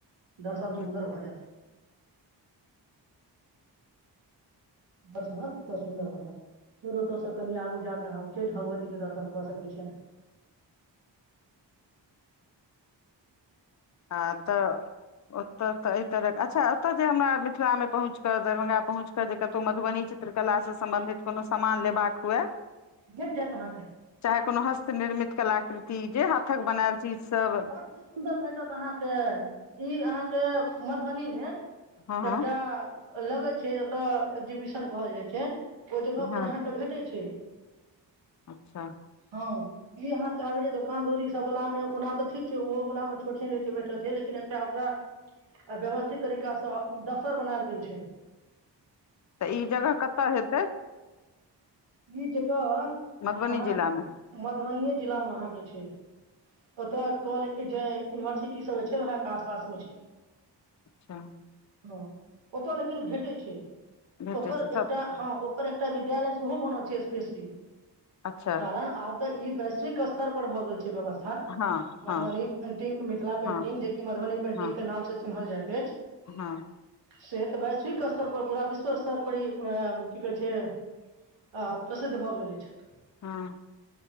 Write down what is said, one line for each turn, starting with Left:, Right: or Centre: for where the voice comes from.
Right: दर्शन
Left: हँ
Right: सुन्दर भ जायत। दर्शन ओत सुन्दर भ जायत फेर ओतयसँ कनि आगू जा क अहाँ उच्चैठ भगवती के दर्शन क सकै छियैन।
Left: हँ तऽ अ तब तऽ एहि तरहक अच्छा ओतय जे हमरा मिथिलामे पहुँचि कऽ दरभंगा पहुँच कऽ जे कतहु मधुबनी चित्रकलासँ सम्बन्धित कोनो सामान लेबाक हुए
Right: भेट जायत अहाँके
Left: चाहे कोनो हस्त निर्मित कलाकृति जे हाथक बनाल चीज।
Right: बड
Left: सब
Right: सुन्दर भेटत अहाँ के, ई अहाँके मधुबनी मे एकटा
Left: हँ हँ
Right: लगै छैय एतऽ एग्जीबिशन कहल जाइ छैय। ओ जगह
Left: हँ
Right: पर अहाँके भेटै छैय।
Left: अच्छा
Right: हँ। ई अहाँ चाहबे जे दोकान दौरी सब वला मे ओना तऽ ठीक छै ओहो वला मे छोट छ रह छै भेटल छै लेकिन एकटा ओकरा व्यवस्थित तरीकासँ दफसर बनायल गेल छैय।
Left: तऽ ई जगह कतय हेतै।
Right: ई जगह
Left: मधुबनी
Right: अहाँक
Left: जिलामे
Right: मधुबनीेये जिला मे अहाँके छै ओतब कॉलेज जे यूनिवर्सिटी सब जे छै वहे के आसपास मे छी।
Left: अच्छा
Right: हँ ओतऽ लेकिन भेटै छैय।
Left: भेटै
Right: ओकर
Left: छै सभ
Right: एकटा हँ ओकर एक एकटा विद्यालय सेहो बनाल छैय स्पेशली।
Left: अच्छा
Right: कारण आब तऽ ई वैश्विक स्तर पर भऽ गेल छैय व्यवस्था।
Left: हँ।
Right: मधुबनी
Left: हँ
Right: पेन्टिंग, मिथिला पेन्टिंग
Left: हँ
Right: जेकि मधुबनी पेन्टिंगके
Left: हँ
Right: नामसँ चिन्हल जाइत अछि।
Left: हँ
Right: से तऽ वैश्विक स्तर पर पूरा विश्व स्तर पर की कहै छैय। आ प्रसिद्ध भऽ गेलै। <unintelligible>
Left: हूँ।